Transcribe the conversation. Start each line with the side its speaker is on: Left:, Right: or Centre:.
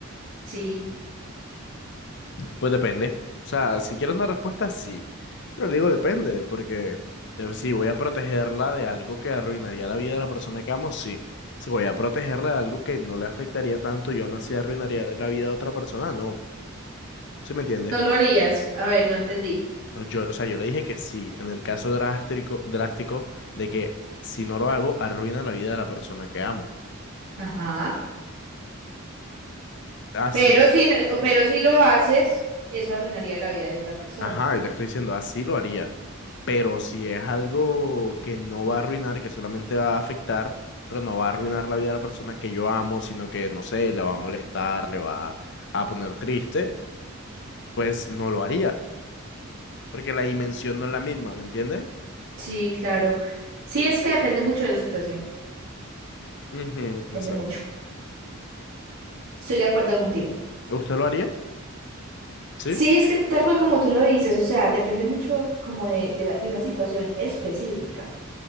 Right: Sí.
Left: Pues depende. O sea, si quiero una respuesta, sí. Pero digo depende, porque eh, si voy a protegerla de algo que arruinaría la vida de la persona que amo, sí. Si voy a protegerla de algo que no le afectaría tanto y aún así arruinaría la vida de otra persona, no. ¿Sí me entiendes?
Right: No lo harías. A ver, no entendí.
Left: No, Yo, o sea, yo le dije que sí, en el caso drástico, drástico de que si no lo hago, arruina la vida de la persona que amo.
Right: Ajá.
Left: Así,
Right: Pero si no- pero si lo haces, eso arruinaría la vida de otra persona.
Left: ajá, y te estoy diciendo, así lo haría. Pero si es algo que no va a arruinar, que solamente va a afectar, pero no va a arruinar la vida de la persona que yo amo, sino que, no sé, le va a molestar, le va a poner triste, pues no lo haría, porque la dimensión no es la misma, ¿me entiende?
Right: Sí, claro. Sí, es que depende mucho de la situación.
Left: Ujú,
Right: Depende
Left: exacto.
Right: mucho. Estoy de acuerdo contigo.
Left: ¿Usted lo haría? Sí.
Right: Sí, es que tal cual como tú lo dices, o sea, depende mucho como de, de la- de una situación específica,